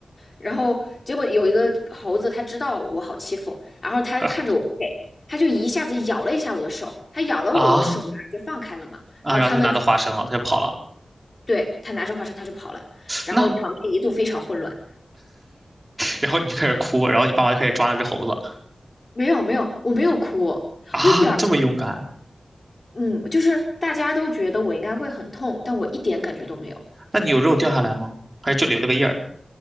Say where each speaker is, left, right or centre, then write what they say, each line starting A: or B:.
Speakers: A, on the left (about 40°); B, on the right (about 25°).
A: 然后结果有一个猴子，它知道我好欺负，然后它看着我不给，
B: 啊
A: 它就一下子咬了一下我的手，它咬了我，
B: 啊，
A: 我手马上就放开了嘛。
B: 然后他就拿到花生了，
A: 然后他们
B: 他就跑了。
A: 对它拿着花生，它就跑了，然后场面一度非常混乱。
B: 那，然后你就开始哭，然后你爸妈就开始抓那只猴子
A: 没有没有，我没有哭，
B: 啊，
A: 我一点儿，
B: 你这么勇敢
A: 嗯，就是大家都觉得我应该会很痛，但我一点感觉都没有。
B: 那你有肉掉下来吗？还是就留了个印儿？